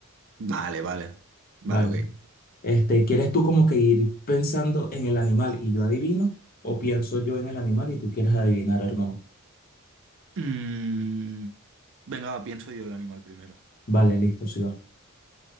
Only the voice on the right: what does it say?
Vale, vale. Vale,
ok.
Mm, venga, va, pienso yo el animal primero.